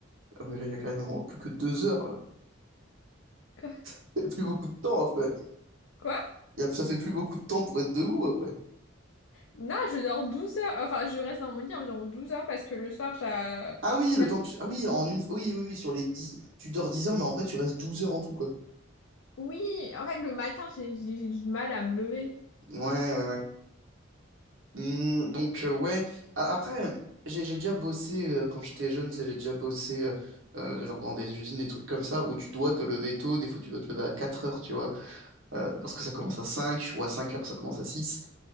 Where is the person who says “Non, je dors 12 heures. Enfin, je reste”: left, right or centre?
Left